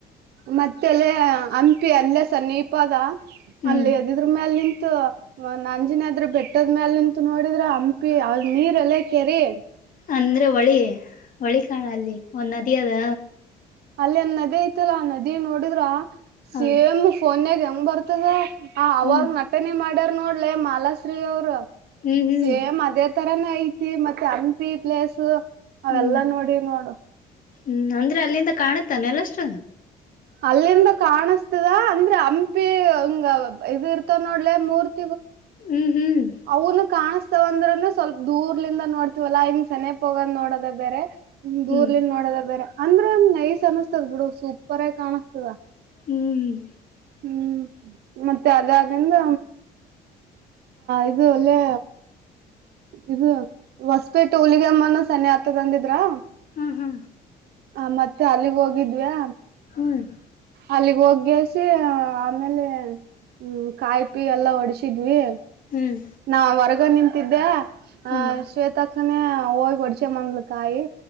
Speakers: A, on the right; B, on the left.
A: ಮತ್ತೆಲೇ ಹಂಪಿ ಅಲ್ಲೆ ಚನ್ನೀಪದ
B: ಹ್ಮ್
A: ಅಲ್ಲಿ ಅದಿದ್ರ್ಮ್ಯಾಲ್ ನಿ ತು ಆಂಜಿನಾದ್ರಿ ಬೆಟ್ಟದ್ಮ್ಯಾಲ್ ನಿಂತ್ ನೋಡಿದ್ರೆ ಹಂಪಿ ಅಲ್ ನೀರಲ್ಲ ಕೆರಿ.
B: ಅಂದ್ರೆ ಹೊಳಿ. ಹೊಳಿಕಾಣ್ ಅಲ್ಲಿ ಒಂದ್ ನದಿ ಅದ
A: ಅಲ್ಲಿ ಅಂದ್ ನದಿ ಐತಲ್ಲ ಆ ನದಿ ನೋಡಿದ್ರ
B: ಹಾ
A: ಕೇಮ್ ಫೋನೇಗ್ ಹೆಂಗ್ ಬರ್ತದ್ ಹ ಅವಾಗ್
B: ಹ್ಮ್
A: ನಟನೆ ಮಾಡಿ ಆಡರ್ ನೋಡ್ಲೆ ಮಾಲಾಶ್ರೀ ಅವ್ರು
B: ಹ್ಮ್ ಹ್ಮ್
A: ಸೇಮ್ ಅದೇ ತರಾನ್ ಐತಿ ಮತ್ತೆ ಹಂಪಿ ಪ್ಲಸ್ ಅವೆಲ್ಲಾ
B: ಹ್ಮ್
A: ನೋಡಿ ನೋಡು.
B: ಹ್ಮ್ ಅಂದ್ರೆ ಅಲ್ಲಿಂದ ಕಾಣ ತಾನಲ್ಲ ಅಷ್ಟ್
A: ಅಲ್ಲಿಂದ್ ಕಾಣಸ್ತದ ಅಂದ್ರೆ ಹಂಪಿ ಹಂಗ್ ಇದ್ ಇರ್ತ ನೋಡ್ಲೆ ಮೂರ್ತಿ
B: ಹ್ಮ್ ಹ್ಮ್
A: ಅವ್ನು ಕಾಣ್ಸ್ತವಂದ್ರೇನು ಸ್ವಲ್ಪ ದೂರ್ಲಿಂದ್ ನೋಡ್ತಿವಲ್ಲಾ ಹಿಂಗ್ ಸೆನೆಪ್ ಹೋಗದ್ ನೋಡದ್ ಬೇರೆ
B: ಹ್ಮ್
A: ದೂರ್ಲಿನ್ ನೋಡೋದೆ ಬೇರೆ ಅಂದ್ರ ಒಂದ್ ನೈಸ್ ಅನಸ್ತದ ಬಿಡು ಸೂಪರ್ ಆಗಿ ಕಾಣಸ್ತದ.
B: ಹ್ಮ್
A: ಹ್ಮ್ ಮತ್ತ್ ಅದಾದಿಂದ್ ಇದು ಅಲ್ಲೇ ಇದು ಹೊಸಪೇಟ್ಟೆ ಹುಲಿಗೆಮ್ಮನ್ ಸನಿ ಆತದ್ ಅಂದಿದ್ರಾ.
B: ಹಾ ಹಾ
A: ಆ ಮತ್ತೆ ಅಲ್ಲಿಗ್ ಹೋಗಿದ್ವಾ.
B: ಹ್ಮ್
A: ಅಲ್ಲಿಗ್ ಹೋಗ್ ಗೇಸಿ ಆಮೇಲೆ ಹ್ಮ ಕಾಯಿ ಪಿ ಎಲ್ಲಾ ಹೊಡ್ಸಿದ್ವಿ.
B: ಹ್ಮ್
A: ನಾ ಹೊರಗ್ ನಿಂತ ತಿದ್ದ ಹ
B: ಹ್ಮ್
A: ಶ್ವೇತಾ ಅವಾಗ್ ಒಡಿಸ್ಕೆ ಬಂದ್ಲು ಕಾಯಿ.